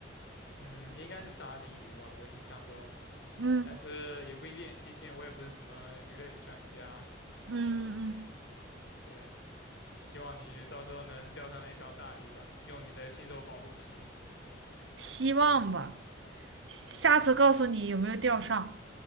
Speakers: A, on the left; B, on the right.
A: 嗯，应该是沙丁鱼吧，我印象中，
B: 嗯
A: 但是也不一定，毕竟我也不是什么鱼类专家，
B: 嗯嗯，
A: 对，希望你到时候能钓上来一条大鱼吧，用你的新手保护期，
B: 希望吧，下次告诉你有没有钓上。